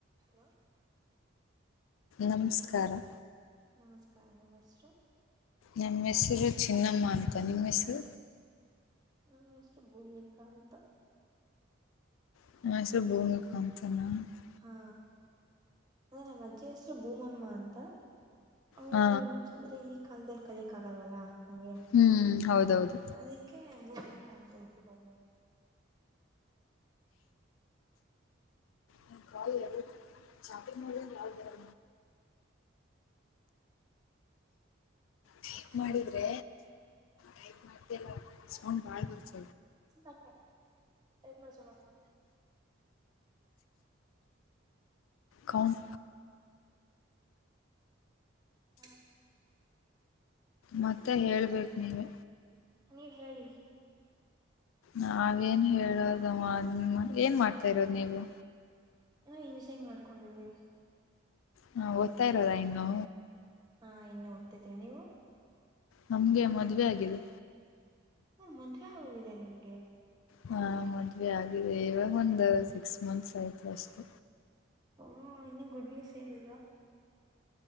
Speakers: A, on the right (about 20°); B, on the left (about 80°).
A: ಹಲೋ.
B: ನಮಸ್ಕಾರ.
A: ನಮಸ್ಕಾರ ನಿಮ್ಮ ಹೆಸರು.
B: ನಮ್ಮ ಹೆಸ್ರು ಚಿನಿಮ್ಮ ಅಂತ ನಿಮ್ಮ್ ಹೆಸ್ರು.
A: ನಮ್ ಹೆಸರು ಭೂಮಿಕಾ ಅಂತ.
B: <inaudible>
A: ಹಾ. ಅಂದ್ರೆ ನಮ್ಮ ಅಜ್ಜಿ ಹೆಸರು ಭೂಮಮ್ಮ ಅಂತ ಅವರು.
B: ಹಾ
A: ಅಂದ್ರೆ ಈ ಕಾಲದಲ್ಲಿ ಕಲಿಯಕ್ ಆಗಲ್ವಲ್ಲಾ ನಂಗೆ.
B: ಹ್ಮ್ ಹೌದೌದು.
A: ಅದಕ್ಕೆ ಭೂಮಿಕ ಅಂತತರಲ್ಲ.
B: ನ ಕಾಲ್ ಎಾವ ಶಾಪಿಂಗ ಮಾಡ ಯಾವು ಬರ. ಟೈಪ್ ಮಾಡಿದ್ರೆ ಟೈಪ್ ಮಾಡ್ತ ಇಲ್ಲ ಸೌಂಡ್ ಬಾಳ್ ಬರುತದೆ.
A: ಸು ಟೈ ಮಾಡ ಸು.
B: ಕೌನ್.
A: ಹ್ಮ.
B: ಮತ್ತೆ ಹೇಳ್ಬೇಕು ನೀವು.
A: ನೀವ್ ಹೇಳಿ.
B: ನಾವೇನ್ ಹೇಳೋದ ಏನ್ ಮಾಡ್ತಾ ಇರೋದು ನೀವು.
A: ನಾವವು ಇನ್ ವ್ಸ ಹೆಂಗ ಮಾಡ್ಕೊಂಡಿದ್ವಿ.
B: ಹಾ ಓದ್ತಾ ಇರೋದಾ ಇನ್ನು.
A: ಹಾ ಇನ್ನು ಓದ್ತಿದೀವಿ ನೀವು
B: ನಮ್ಗೆ ಮದ್ ವವೆ ಆಗಿದೆ.
A: ಹ್ಮ ಮಂ ಹೋಗಿದೆ ನಿಮ್ಗೆ.
B: ಹ ಮದುವೆ ಆಗಿದೆ ಇವಾಗ ಒಂದು ಸಿಕ್ಸ್ ಮಂತ್ಸ್ ಆಯ್ತು ಅಷ್ಟು.
A: ಹ ಇನ್ನು ಗುಡ್ ನ್ಯೂಸ್ ಹೇಳಏಲ್ವಾ.